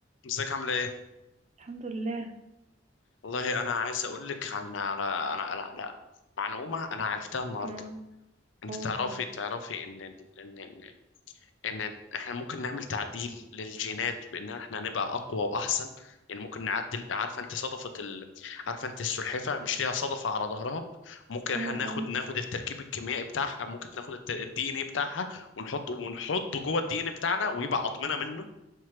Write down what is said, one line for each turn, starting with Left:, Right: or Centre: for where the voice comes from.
Left: ازيك عامله ايه
Right: الحمد لله
Left: والله انا عايز اقول لك عن على على على على معلومه انا عرفتها النهارده
Right: امم
Left: انت
Right: قول
Left: تعرفي
Right: طيب
Left: تعرفي ان ال- ان ان ان احنا ممكن نعمل تعديل للجينات بان احنا نبقى اقوى واحسن يعني ممكن نعدل عارفه انت صدفه ال... عارفه انت السلحفه مش ليها صدفه على ظهرها ممكن
Right: امم
Left: احنا ناخد ناخد التركيب الكيميائي بتاعها ممكن ناخد الدي ان ايه بتاعها ونحطه ونحطه جوه الدي ان بتاعنا ويبقى عظمنا منه